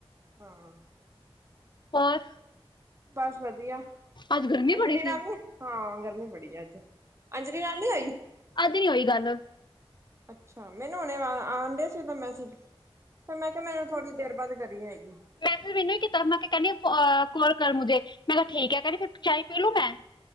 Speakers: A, on the right; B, on the left.
A: ਹਾਂ।
B: ਹੋਰ?
A: ਬਸ ਵਧੀਆ,
B: ਅੱਜ ਗਰਮੀ
A: ਅੰਜਲੀ
B: ਬੜੀ ਸੀ
A: ਨਾਲ ਨੀ, ਹਾਂ ਗਰਮੀ ਬੜੀ ਅੱਜ। ਅੰਜਲੀ ਨਾਲ ਨਹੀਂ ਹੋਈ?
B: ਅੱਜ ਨਹੀਂ ਹੋਈ ਗੱਲ
A: ਅੱਛਾ, ਮੈਨੂੰ ਹੁਣੇ ਆਣ ਡਿਆ ਸੀ ਓਦਾ ਮੈਸਜ਼। ਫਿਰ ਮੈਂ ਕਿਆ ਮੈਨੂੰ ਥੋੜ੍ਹੀ ਦੇਰ ਬਾਅਦ ਕਰੀ ਹੈਗੀ।
B: ਮੈਸੇਜ ਵੀ ਨਹੀਂ ਕੀਤਾ, ਮੈਂ ਕਹਿਣੀ ਅ ਕੋਲ ਕਰ ਮੁਝੇ। ਮੈਂ ਕਿਹਾ ਠੀਕ ਐ, ਕਹਿੰਦੀ ਫਿਰ ਚਾਏ ਪੀ ਲੂ ਮੈਂ।